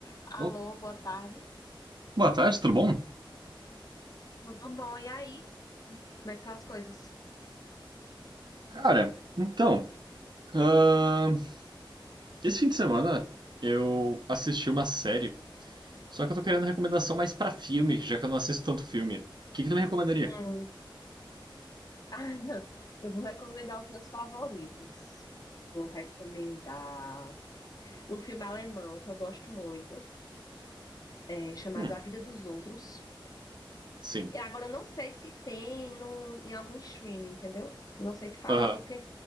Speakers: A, on the left; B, on the right.
A: Alô,
B: Oh,
A: boa tarde.
B: Boa tarde, tudo bom?
A: Tudo bom? E aí? Como é que estão as coisas?
B: Cara, então, ahn, esse fim de semana eu assisti uma série, só que eu tô querendo recomendação mais pra filme, já que eu não assisto tanto filme. O que que tu me recomendaria?
A: Hum. <laughs> Eu vou recomendar os meus favoritos. Vou recomendar um filme alemão que eu gosto muito, é, chamado
B: Hum,
A: A Vida dos Outros.
B: sim.
A: E agora eu não sei se tem no, em algum streaming, entendeu? Não sei te falar,
B: Aham.
A: porque